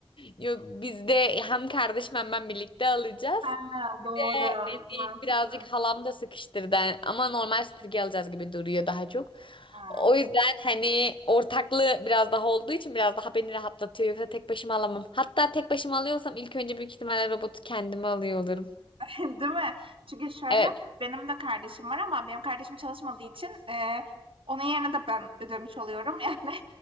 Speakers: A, on the left (about 70°); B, on the right (about 80°).
A: Yok biz de hem kardeşim hem ben birlikte alacağız.
B: Ha, doğru,
A: Ve beni
B: mantıklı.
A: birazcık halam da sıkıştırdı ama normal süpürge alacağız gibi duruyor daha çok.
B: Ha.
A: O yüzden hani ortaklığı biraz daha olduğu için biraz daha beni rahatlatıyor. Yoksa tek başıma alamam. Hatta tek başıma alıyorsam ilk önce büyük ihtimalle robotu kendime alıyor olurum.
B: <laughs> Değil mi? Çünkü şöyle,
A: Evet,
B: benim de kardeşim var ama benim kardeşim çalışmadığı için, eee, onun yerine de ben ödemiş oluyorum, <laughs> yani.